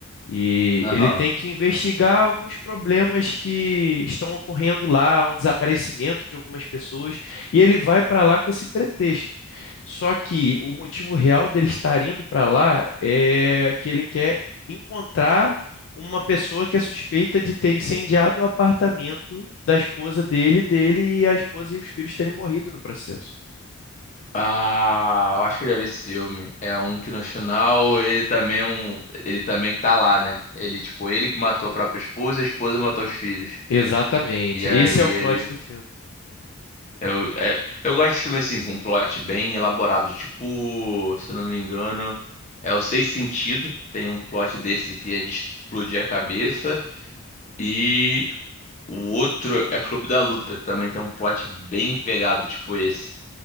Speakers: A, on the left; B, on the left.
A: E
B: Aham.
A: ele tem que investigar alguns problemas que estão ocorrendo lá, um desaparecimento de algumas pessoas, e ele vai para lá com esse pretexto. Só que o motivo real dele estar indo para lá é que ele quer encontrar uma pessoa que é suspeita de ter incendiado o apartamento da esposa dele, dele e a esposa e os filhos terem morrido no processo.
B: Ah, eu acho que eu já vi esse filme. É um que no final ele também é um, ele também tá lá, né? Ele tipo, ele que matou a própria esposa, e a esposa matou os filhos.
A: Exatamente.
B: E aí
A: Esse
B: ele
A: é o plot do filme.
B: Eu, é, eu gosto de filme assim, com um plot bem elaborado. Tipo, se eu não me engano, é o Seis Sentido. Tem um plot desse que é de explodir a cabeça. E o outro é Clube da Luta, que também tem um plot bem pegado, tipo esse.